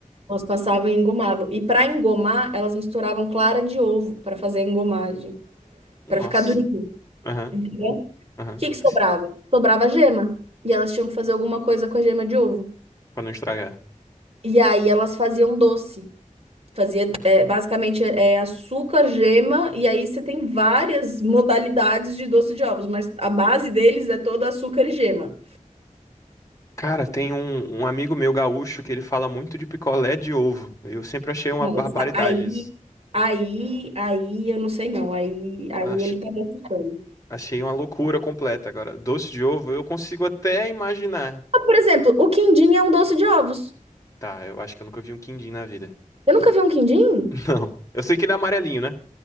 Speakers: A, on the right; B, on the left.
A: Elas passavam em engomável. E para engomar, elas misturavam clara de ovo para fazer a engomagem,
B: Nossa.
A: para ficar durinho,
B: Aham,
A: entendeu? O
B: aham.
A: que que
B: Faz-
A: sobrava? Sobrava gema. E elas tinham que fazer alguma coisa com a gema de ovo.
B: Pra não estragar.
A: E aí elas faziam doce. Fazia é, basicamente é é açúcar, gema, e aí você tem várias modalidades de doce de ovos, mas a base deles é toda açúcar e gema.
B: Cara, tem um, um amigo meu gaúcho que ele fala muito de picolé de ovo. Eu sempre achei uma
A: Não,
B: barbaridade
A: isso- aí,
B: isso.
A: aí, aí, eu não sei não. Aí, aí
B: Ach-
A: ele tá me assustando.
B: Achei uma loucura completa. Agora, doce de ovo, eu consigo até imaginar.
A: Ah, Por exemplo, o quindim é um doce de ovos.
B: Tá, eu acho que eu nunca vi um quindim na vida.
A: Eu nunca vi um quindim?
B: <laughs> Não. Eu sei que ele é amarelinho, né?